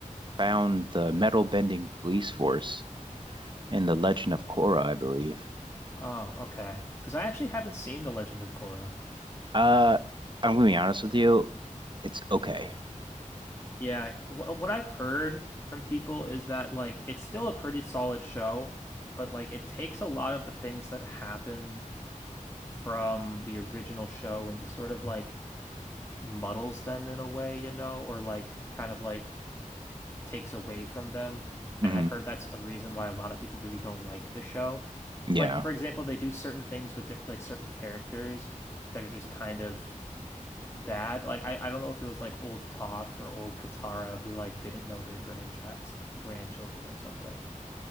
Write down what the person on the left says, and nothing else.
Oh, okay. Because I actually haven't seen The Legend of Korra.
Yeah, wh- what I've heard from people is that like it's still a pretty solid show, but like it takes a lot of the things that happen from the original show and just sort of like muddles them in a way, you know, or like kind of like takes away from them.
And I've heard that's a reason why a lot of people really don't like the show.
Like for example, they do certain things with diff like certain characters that are just kind of bad. Like I, I don't know if it was like old Toph or old Katara who like didn't know their grandchild grandchildren or something.